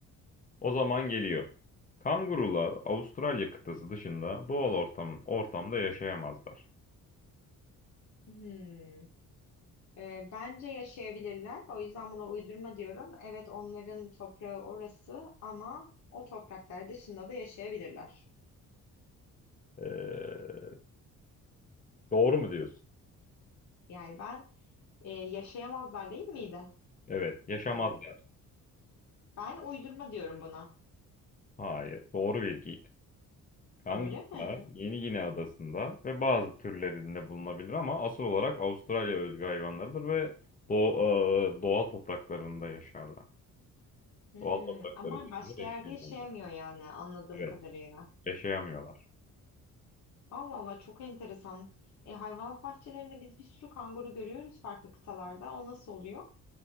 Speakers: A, on the left; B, on the left.
A: O zaman geliyor. Kangurular Avustralya kıtası dışında doğal ortam, ortamda yaşayamazlar.
B: Hmm. Ee, bence yaşayabilirler. O yüzden buna uydurma diyorum. Evet, onların toprağı orası ama o topraklar dışında da yaşayabilirler.
A: Ee, doğru mu diyorsun?
B: Yani ben e, yaşayamazlar değil miydi?
A: Evet, yaşamazlar.
B: Soru. Ben uydurma diyorum buna.
A: Hayır, doğru bilgiydi. Kanguska,
B: Öyle mi?
A: Yeni Gine adasında ve bazı türlerinde bulunabilir ama asıl olarak Avustralya özgü hayvanlarıdır ve doğ- e, doğal topraklarında yaşarlar.
B: Hmm,
A: Doğal toprakları
B: ama
A: dışında
B: başka
A: yaşayamıyorlar.
B: yerde yaşayamıyor yani anladığım
A: Evet,
B: kadarıyla.
A: yaşayamıyorlar.
B: Allah Allah çok enteresan. E, hayvanat bahçelerinde biz bir sürü kanguru görüyoruz farklı kıtalarda. O nasıl oluyor?